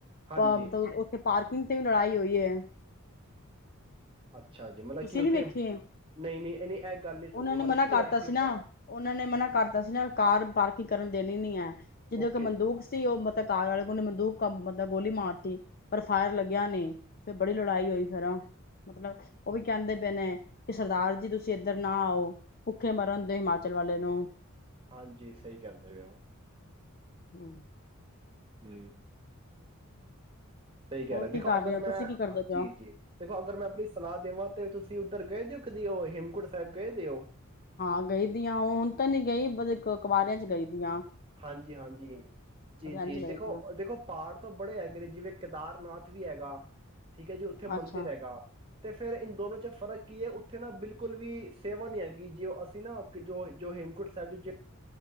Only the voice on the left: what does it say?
ਤਾਂ ਮਤਲਬ ਉੱਥੇ। ਪਾਰਕਿੰਗ ਤੇ ਵੀ ਲੜਾਈ ਹੋਈ। ਹੈ।
ਤੁਸੀਂ
ਨੀ ਵੇਖਿਆ।
ਉਹਨਾਂ
ਨੇ ਮਨਾ
ਕਰਤਾ
ਸੀ
ਨਾ ਉਹਨਾਂ ਨੇ ਮਨਾ ਕਰਤਾ ਸੀ ਨਾ। ਕਾਰ ਪਾਰਕਿੰਗ ਕਰਨ ਦੇਣੀ ਨਹੀਂ ਹੈ। ਜਦੋਂ
ਇੱਕ ਬੰਦੂਕ
ਸੀ ਉਹਲਬ ਕਾਰ ਵਾਲੇ ਨੇ ਬੰਦੂਕ ਮਤਲਬ ਗੋਲੀ ਮਾਰਤੀ ਪਰ ਫਾਇਰ ਲੱਗਿਆ ਨੀ। ਫਿਰ ਬੜੀ ਲੜਾਈ ਹੋਈ ਫਿਰਮਤਲਬ ਉਹ ਵੀ ਕਹਿੰਦੇ ਪਏ ਨੇ ਕਿ ਸਰਦਾਰ ਜੀ ਤੁਸੀਂ ਇੱਧਰ ਨਾ ਆਓ। ਭੁੱਖੇ ਮਰਨ ਦਿਓ ਹਿਮਾਚਲ ਵਾਲੇ ਨੂੰ।
ਹੂ
ਹੋਰ
ਕੀ
ਕਰ
ਰਹੇ ਹੋ
ਤੁਸੀਂ ਕੀ ਕਰਦੇ
ਪਏ ਹੋ
ਹਾਂ ਗਈ ਦੀ ਆਂ, ਹੁਣ ਤਾਂ ਨੀ ਗਈ, ਕੁਆਰਿਆਂ ਚ ਗਈ ਦੀ ਆਂ।
ਇੰਝ ਗਈ
ਦੀਆਂ
ਅੱਛਾ